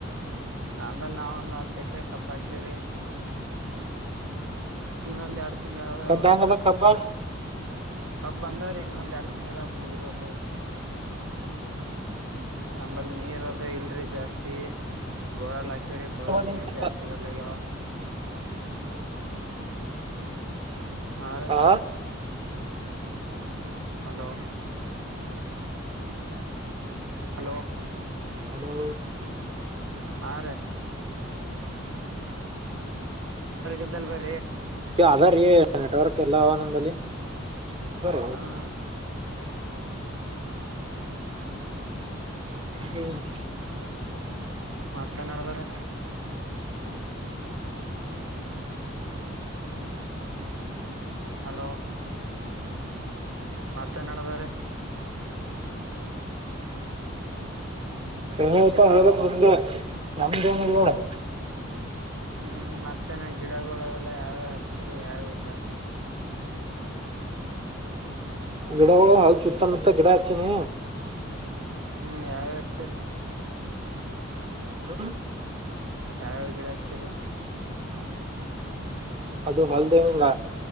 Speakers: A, on the right; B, on the right.
A: ನಂಬಲೆ ನಾವೊಂದ ಹತ್ತ ಎಕರೆ ಕಬ್ಬ ಹಾಕಿವ್ರಿ ಇನ್ನೊಂದ್ ಎರಡ್ ತಿಂಗಳಾದ್ರೆ
B: ಕಬ್ಬ
A: ಅವನು
B: ಹೆಂಗದ ಕಬ್ಬ
A: ಕಬ್ಬ ಬಂದಾವ್ರಿ ಇನ್ನೊಂದ್ ಎರಡ್ ತಿಂಗದ ಮುಗಿದ್ಹೋಗತದ್ರಿ ನಂಬಲ್ಲಿ ನೀರ ಅದ ಇಲ್ರಿ ಜಾಸ್ತಿ ಬೋರವೆಲ್ ಹಾಕವ್ರಿ ಬೋರವೆಲ್
B: ನಿಮ್
A: ನೀರ್
B: ಕಬ್ಬ
A: ಜಾಸ್ತಿ ಬರಲ್ಲ ಆಗೇದ ಹಾ ಲೆ.
B: ಆ
A: ಹಲೋ. ಹಲೋ.
B: ಹಲೋ.
A: ಹಾ ರೇ. ಇದ್ದಲ್ ಬರ್ರಿ
B: ಅದ ರೀ ನೆಟ್ವರ್ಕ್ ಎಲ್ಲ ಅವ ನಂಬಲಿ ಹೆಂಗಾರ
A: ಹ್ಮ
B: ಹ್ಮ.
A: ಮತ್ತೇನ್ ನಡದದ್ರಿ ಹಲೋ ಮತ್ತೇನಡದರಿ.
B: ಹೂ ಪಾ
A: ಹಲೋ
B: ಹೇಳಬೇಕು ದೋಸ್ತ್ ನಮ್ದು ಏನ್ ಇಲ್ಲ ನೋಡ್.
A: ಹ್ಮ್ ಹ್ಮ್ ಮತ್ತ ಇನ ಗಿಡಗೊಳ. <inaudible> ಯಾವ ಅಚ್ಚರಿ ಯಾವ ಯಾವ ಇಲ್ಲ.
B: ಗಿಡಗಳುಳ ಹಾಲ್ಚುಚ್ಛಲ್ಲ ಅಂತ ಗಿಡ ಹಚ್ಚಿನಿ.
A: ಹ್ಮ್ ಯಾವ ಯಾವ ಹಚ್ಚಿರಿ.
B: ಹ್ಮ.
A: ಯಾವಾವ ಗಿಡ ಹಚ್ಚಿರಿ.
B: ಅದು ಹೊಲ್ದ ಇಲ್ಲ